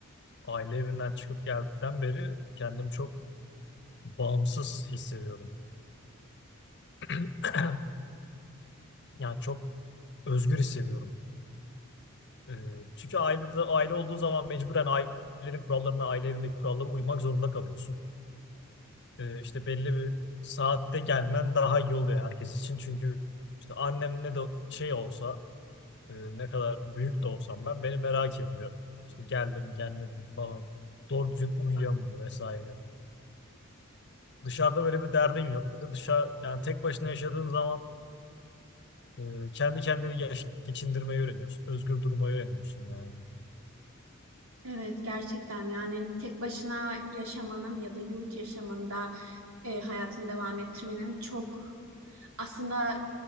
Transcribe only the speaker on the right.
Evet gerçekten yani tek başına yaşamanın ya da yurt yaşamında e, hayatını devam ettirmenin çok aslında